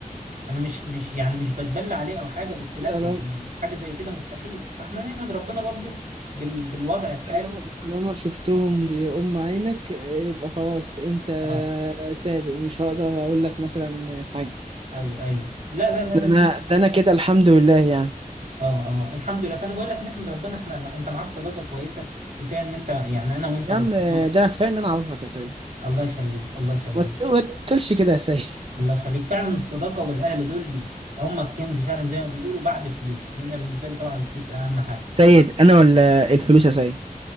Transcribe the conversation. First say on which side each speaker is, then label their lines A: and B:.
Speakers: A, on the right; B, on the right.
A: انا مش مش يعني مش بتبلى عليه او حاجه بس لا
B: طالما
A: يعني حاجه زي كده مستحيل فاحنا نحمد ربنا برضو بال بالوضع الحالي
B: طالما طالما شفتهم بأم عينك آه، يبقى خلاص انت
A: اه
B: صادق مش هقدر اقول لك مثلا حاجه
A: ايوه ايوه لا لا
B: ده
A: لا
B: انا
A: لا
B: ده انا كده الحمد لله يعني
A: اه اه الحمد لله فانا بقول لك نحمد ربنا احنا مع- انت معاك صداقه كويسه كفايه ان انت يعني انا وانت
B: يا
A: اصدقاء
B: عم ده انا كفايه ان انا اعرفك يا سيد
A: الله يخليك الله يخليك
B: ما ت- ما تقولش كده يا سيد
A: الله يخليك فعلا الصداقه والاهل دول هم الكنز فعلا زي ما بيقولوا بعد الفلوس لان أنا بالنسبه لي طبعا الفلوس اهم حاجه
B: سيد انا ولا الفلوس يا سيد